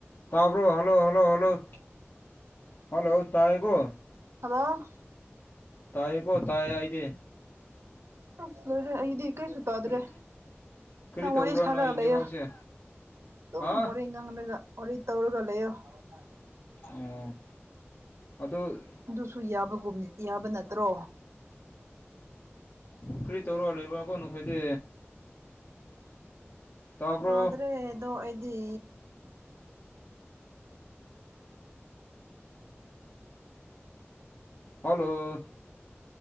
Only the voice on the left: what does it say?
ꯇꯥꯕ꯭ꯔꯣ hello hello hello hello hello ꯇꯥꯥꯌꯦꯀꯣ
ꯇꯥꯌꯦ ꯀꯣ ꯇꯥꯌꯦ ꯑꯩꯗꯤ
ꯀꯔꯤ ꯀꯔꯤ
ꯇꯧꯕ꯭ꯔꯥ
ꯅꯣꯏ ꯅꯦꯠꯋꯥꯛꯁꯦ
ꯍꯥ
ꯎꯝ ꯑꯗꯨ
ꯀꯔꯤ ꯇꯧꯔ ꯂꯩꯕ꯭ꯔꯥ ꯀꯣ ꯅꯈꯣꯏꯗꯤ ꯇꯥꯕ꯭ꯔꯣ
ꯍꯜꯂꯣ